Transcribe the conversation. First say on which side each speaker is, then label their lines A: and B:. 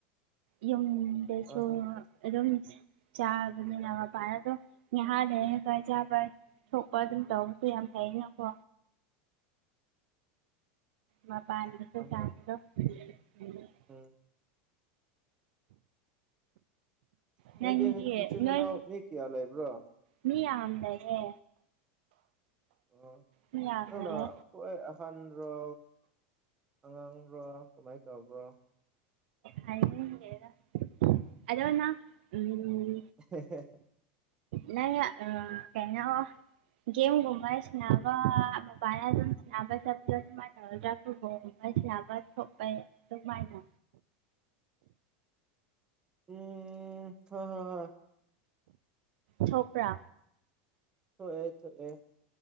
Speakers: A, on the right; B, on the right.
A: ꯌꯨꯝ <unintelligible>
B: ꯑꯍꯥ
A: ꯑꯗꯨꯝꯁ ꯆꯥꯕꯅꯤꯅ ꯃꯄꯥꯟꯗ ꯑꯗꯨꯝ ꯉꯍꯛꯂꯩꯔꯒ ꯆꯥꯕ ꯊꯣꯛꯄ ꯑꯗꯨꯝ ꯇꯧꯕꯁꯨ ꯌꯥꯝ ꯐꯩꯌꯦꯅꯀꯣ ꯃꯥꯄꯥꯟꯗꯁꯨ
B: ꯑꯍꯥ
A: ꯆꯥꯕꯗꯣ <unintelligible>
B: ꯎꯝ ꯅꯣꯏꯗꯤ
A: ꯅꯪꯗꯤ
B: ꯅꯆꯤꯟ ꯅꯅꯥꯎ
A: ꯅꯣꯏ
B: ꯃꯤ ꯀꯌꯥ ꯂꯩꯕ꯭ꯔꯣ
A: ꯃꯤ ꯌꯥꯝ ꯂꯩꯍꯦ
B: ꯑꯣ
A: ꯃꯤ ꯌꯥꯝ
B: ꯅꯪꯅ
A: ꯂꯩꯌꯦ
B: ꯍꯣꯏ ꯑꯍꯟꯔꯣ ꯑꯉꯥꯡꯔꯣ ꯀꯃꯥꯏ ꯇꯧꯕ꯭ꯔꯣ
A: ꯍꯥꯏꯅꯤꯡꯗꯦꯗ ꯑꯗꯣ ꯅꯪ ꯎꯝ
B: ꯍꯦ ꯍꯦ ꯍꯦ
A: ꯅꯪꯅ ꯑ ꯀꯩꯅꯣ ꯒꯦꯝꯒꯨꯝꯕ ꯁꯅꯕ ꯃꯄꯥꯟꯗ ꯑꯗꯨꯝ ꯁꯅꯕ ꯆꯠꯄ ꯁꯨꯃꯥꯏ ꯇꯧꯔꯒ <unintelligible> ꯋꯥꯔꯤ ꯁꯥꯅꯕ ꯊꯣꯛꯑꯦ ꯑꯗꯨꯃꯥꯏꯅ
B: ꯑꯦ ꯐꯥ ꯍꯥ ꯍꯥ
A: ꯊꯣꯛꯄ꯭ꯔꯥ
B: ꯊꯣꯛꯑꯦ ꯊꯣꯛꯑꯦ